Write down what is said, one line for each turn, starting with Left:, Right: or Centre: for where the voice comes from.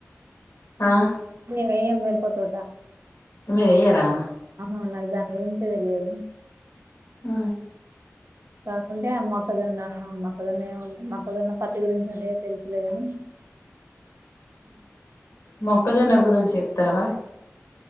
Left: ఆ
Right: మేమ్ ఎయ్యం మిరపతోట
Left: మీరెయరా
Right: ఆహా నాక్ దాని గురించే తెలియదు
Left: ఆ
Right: కాకుంటే అ మొక్కజొన్న మొక్కజొన్న ఏమంటే మొక్కజొన్న పత్తి గురించి అంటే తెల్స్లెగాని
Left: మొక్కజొన్న గురించి చెప్తారా మరి